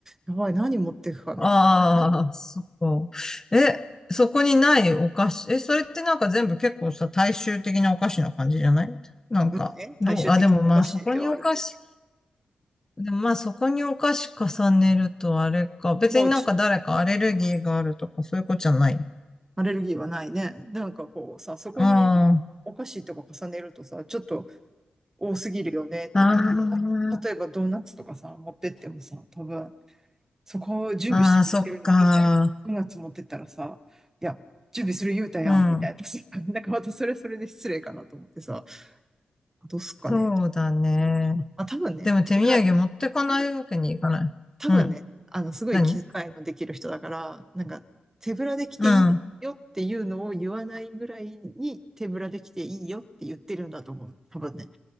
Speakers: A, on the right; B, on the left.
A: やばい、何持ってくかなと。
B: ああ、そこ。え、そこにないお菓子。え、それってなんか全部結構さ、大衆的なお菓子な感じじゃないなんか、
A: まあね、最終的にお菓子ではあるけ
B: どう、あ、でもまあそこにお菓子、でもまあそこにお菓子重ねるとあれか。別になんか誰かアレルギーがあるとかそういうことじゃない。
A: ど、もうちょっとアレルギーはないね。なんかこうさ、そこに
B: あ
A: お菓子とか重ねるとさ、ちょっと多すぎるよねってなる。
B: あ、ああ、
A: た例えばドーナツとかさ、持ってってもさ、多分、そこを準備してくれてるのにさ、
B: ああ、そっか。
A: ドーナツ持ってったらさ、いや、準備する言うたやん、
B: うん。
A: みたいなさ。<laughs> なんかまたそれはそれで失礼かなと思ってさ、どうすっかね。
B: そうだね。
A: まあ多分ね、
B: でも手土産持ってかないわけにいかない。
A: 手ぶら、多分ね、
B: うん。
A: あの、すごい気遣いのできる人だから、
B: 何
A: なんか、手ぶらで来ていいよっていうのを言わないぐらいに手ぶらで来ていいよって言ってるんだと思う。
B: うん。
A: 多分ね。